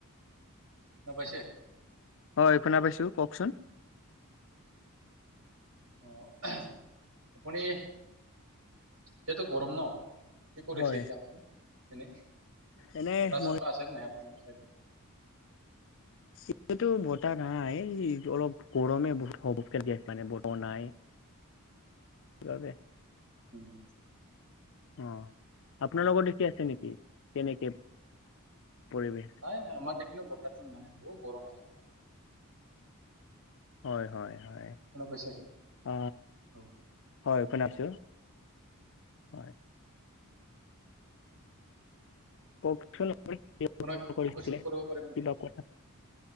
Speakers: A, on the right (about 75°); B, on the left (about 60°).
A: শুনা পাইছে।
B: হয় এই শুনা পাইছো কওকচোন।
A: অ, এ হে আপুনি যেতু গৰম ন। কি কৰিছে
B: হয়
A: এতিয়া আপুনি এনেই
B: এনে
A: বটা
B: মই
A: চটা আছে নাই আপোনাৰ ছাইডত।
B: এতিয়াটো বতাহ নাই অলপ গৰমে বহুত সবক গ আছে মানে বতাহ নাই।
A: <inaudible>
B: যাবে।
A: উম।
B: অ, আপোনাৰ লগত দেখি আছে নেকি কেনেকে পৰিৱেশ।
A: নাই আমাৰ দেখি বতাহো নাই বহুত গৰম আছে মানে।
B: হয় হয় হয়।
A: শুনা পাইছে?
B: অ,
A: অ
B: হয় শুনা পাইছোঁ হয়। কওকচোন আপুনি কিয়
A: আপোনাক
B: ফোন কৰিছিলে
A: কুৱেশন কৰিব পাৰিম নেকি?
B: কিবা কথা